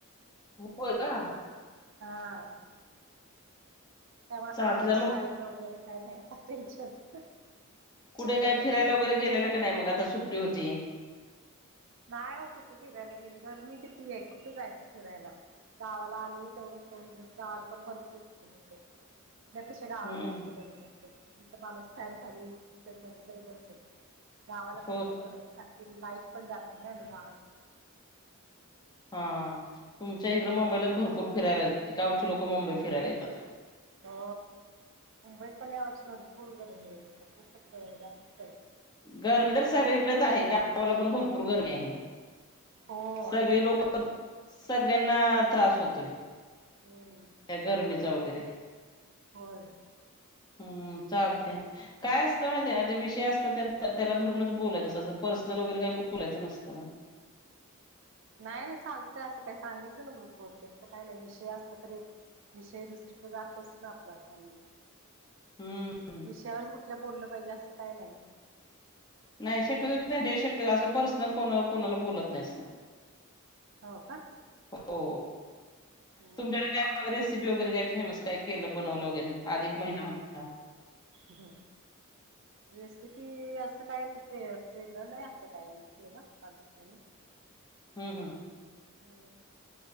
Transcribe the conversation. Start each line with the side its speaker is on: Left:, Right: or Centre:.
Left: होय का?
Right: हा त्यामुळे
Left: चालते
Right: आम्हाला काही
Left: मग
Right: शाळेचं वगैरे काय नाही. टेन्शन
Left: कुठे
Right: डब्याचे
Left: काय फिरायला वगैरे गेलेलं का नाही मग आता सुट्टी होती
Right: नाही हो कुठे फिरायला गेलं गरमी किती आहे कुठे जायचं फिरायला. गावाला आले तेवढ दोन दिवस गावाल पण भरपूर ऊन होते. त्यापेक्षा गावाला
Left: हम्म
Right: जास्त बरं वाटते ना इथे तर माणस फॅन खाली टब मध्ये तरी बसेल. गावाला कसलं
Left: हो
Right: गरम सारखी लाईट पण जाते ना गावाला सारखी
Left: हा तुमच्या इकडे मुंबईलाच भरपूर फिरायला गावची लोकं मुंबई फिरायला येतात
Right: हो मुंबईत पण या वर्षी भरपूर पाऊस खूपच जास्त
Left: गरमी तर सगळीकडेच आहे गावाला पण भरपूर गरमी आहे.
Right: हो
Left: सगळी
Right: तेच
Left: लोक
Right: ना
Left: सगळ्यांना त्रास होतोय.
Right: हम्म
Left: या गरमीचा वगैरे
Right: होय.
Left: हम्म चालतय काय असते माहिती आहे का काय विषय असतो त्याला धरून बोलायच असते पर्सनल चे वगैरे काय बोलायच नसत ना.
Right: <unintelligible> नाही नाही चालतय असं काही सांगितलं ना ग्रुप वरती असं काही नाही विषय असत तरी विषय दुसरीकडे जातोच ना आपला असा म्हणजे
Left: हम्म
Right: विषयावरच कुठल्या बोललं पाहिजे असं काही नाही
Left: नाही शक्यतो शक्यतो असं पर्सनल कोणाला कोण बोलत नाही असं.
Right: हो का
Left: हो
Right: हम्म
Left: तुमच्याकडे काय रेसिपी वगैरे काय? फेमस काय केलं बनवलं वगैरे आधिक महिना होता.
Right: हम्म. रेसिपी असं काही वेगळं नाही असं काही केले अधिक महिन्या
Left: हम्म हम्म.
Right: हो